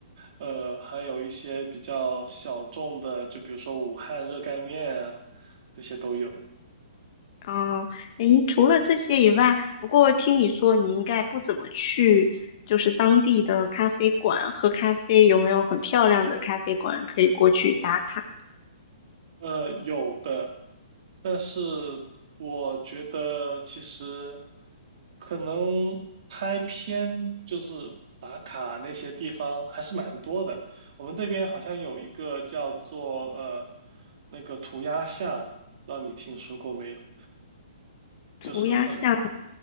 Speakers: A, on the right; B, on the left.
A: 呃，还有一些比较小众的，就比如说武汉热干面啊，这些都有。
B: 啊，诶，除了这些以外，不过听你说你应该不怎么去，就是当地的咖啡馆喝咖啡，有没有很漂亮的咖啡馆可以过去打卡？
A: 呃，有的，但是我觉得其实可能拍片就是打卡那些地方还是蛮多的。我们这边好像有一个叫做呃那个涂鸦巷，不知道你听说过没有？
B: 涂鸦巷？
A: 就是很，